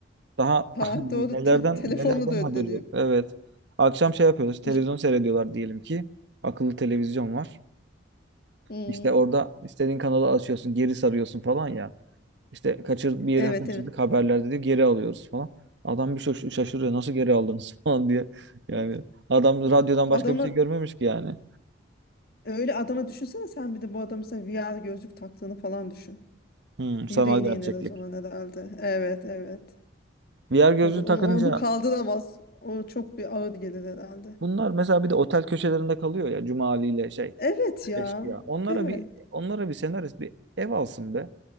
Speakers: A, on the right; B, on the left.
A: Daha
B: Ha
A: <laughs> nelerden
B: doğru. Te- telefonla
A: nelerden
B: da ödeniyor.
A: haberi yok. Evet. Akşam şey yapıyorlar. işte
B: Hiç...
A: televizyon seyrediyorlar diyelim ki. Akıllı televizyon var.
B: Hmm.
A: İşte orada istediğin kanalı açıyorsun, geri sarıyorsun falan ya. İşte kaçır bir yeri
B: Evet
A: kaçırdık
B: evet.
A: haberlerde diyor geri alıyoruz falan. Adam bir şaş- şaşırıyor nasıl geri aldınız <laughs> falan diye. Yani
B: Hmm.
A: adam radyodan başka
B: Adamı
A: bir şey görmemiş ki yani.
B: öyle adama düşünsene sen bir de bu adamın sana VR gözlük taktığını falan düşün.
A: Hmm,
B: Yüreğine
A: sanal gerçeklik.
B: iner o zaman herhalde. Evet evet.
A: VR gözlüğü
B: O zaman
A: takınca
B: onu, onu kaldıramaz. O çok bir ağır gelir herhalde.
A: bunlar mesela bir de otel köşelerinde kalıyor ya Cuma Ali ile şey
B: Evet ya.
A: eşkıya. Onlara
B: Evet.
A: bir onlara bir senarist bir ev alsın be.